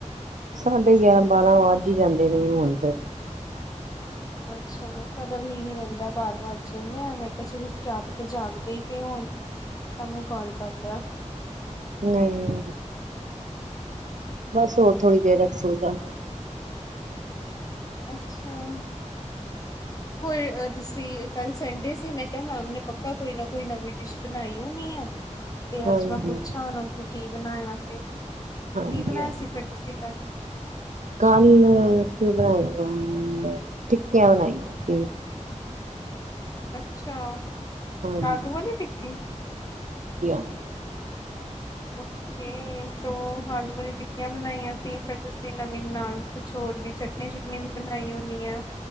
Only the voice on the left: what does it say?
ਅੱਛਾ ਸਡ ਵੀ ਨ ਰਹਿੰਦਾ ਬਾਰ ਵੱਜ ਜਾਦੇ ਨੇ ਕਿਆ ਪਤਾ ਜਾਗਦੇ ਹੀ ਪਏ ਹੋਣ ਤਾਂ ਮੈਂ ਕਾਲ ਕਰ ਲਿਆ
ਅੱਛਾ <unintelligible> ਹੋਰ ਅ ਤੁਸੀ ਕੱਲ ਸੰਡੇ ਸੀ ਮੈਂ ਕਿਹਾ ਮੈਮ ਨੇ ਪਤਾ ਕੋਈ ਨਾ ਕੋਈ ਨਵੀਂ ਡਿਸ਼ ਬਣਾਈ ਹੋਣੀ ਹੈ। ਤੇ
ਅੱਜ ਮੈਂ ਪੁੱਛਾਂ ਉਹਨਾਂ ਨੂ ਕੁਛ ਕੀ ਬਣਾਇਆ ਸੀ ਕੀ
ਬਣਾਇਆ
ਸੀ ਫਿਰ ਤੁਸੀ ਕਲ
ਅੱਛਾ- <unintelligible>
ਓਕੇ ਤੋ ਆਲੂ ਵਾਲੀ ਟਿੱਕੀਆਂ ਬਣਾਈਆਂ ਸੀ ਫਿਰ ਤੁਸੀ ਨਵੀਨ ਨਾਲ ਕੁਛ ਹੋਰ ਵੀ ਚਟਨੀ ਚੁਟਨੀ ਵੀ ਬਣਾਈ ਹੋਣੀ ਆ